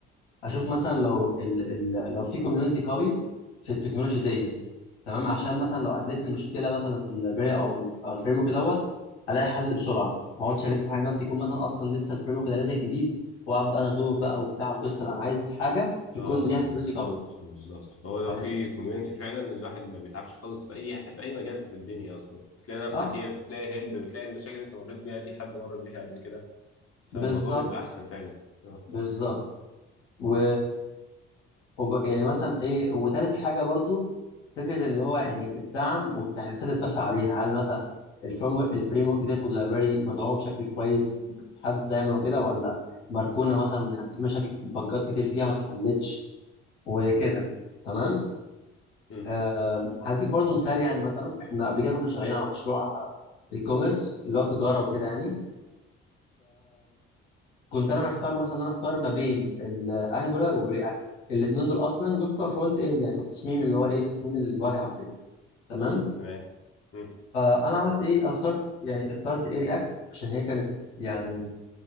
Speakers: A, on the left; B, on the left.
A: اشوف مثلا لو ال ال لو في كوميونتي قوي في التكنولوجي ديت تمام عشان مثلا لو قابلتني مشكله مثلا في اللايبراري او ال- او الفريم ورك دوت الاقي حل بسرعه ما اقعدش الف على نفسي يكون مثلا اصلا لسه الفريم ورك ده نازل جديد واقعد بقى انا توه بقى وبتاع وقصه لا، انا عايز حاجه تكون
B: اه
A: ليها كوميونتي
B: بالظبط
A: قوي
B: بالظبط هو لو
A: فاهم
B: في كوميونتي فعلا الواحد ما بيتعبش خالص في اي في اي مجال في الدنيا اصلا بتلاقي نفسك
A: اه
B: ايه بتلاقي هيلب بتلاقي المشاكل اللي انت مريت بيها دي حد مر بيها قبل كده فالموضوع
A: بالظبط
B: بيبقى
A: كده
B: احسن فعلا اه
A: بالظبط و وب... يعني مثلا ايه وتالت حاجه برضو فكره اللي هو يعني الدعم والتحديثات اللي بتحصل عليها هل مثلا الفريم الفريم ورك ديت واللايبراري مدعومه بشكل كويس حد زي ما كده ولا مركونه مثلا يعني في مشاكل بجات كتير فيها ما اتحلتش وكده تمام
B: امم
A: آه هديك برضو مثال يعني مثلا احنا قبل كده كنا شغالين على مشروع اي كوميرس اللي هو تجاره وكده يعني كنت انا محتار مثلا إن انا اختار ما بين الانجولار والرياكت الاثنين دول اصلا دول بتوع فرونت اند يعني بتوع التصميم اللي هو ايه تصميم الواجهه وكده تمام
B: تمام امم
A: فانا عملت ايه انا اخترت يعني اخترت ايه رياكت عشان هي كانت يعني